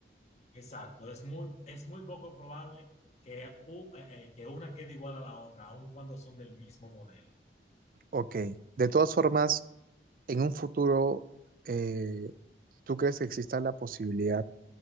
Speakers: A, on the left (about 40°); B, on the right (about 50°).
A: Exacto, es muy, es muy poco probable que, u- eh, eh, que una quede igual a la otra, aun cuando son del mismo modelo.
B: Ok, de todas formas, en un futuro, eh, ¿tú crees que exista la posibilidad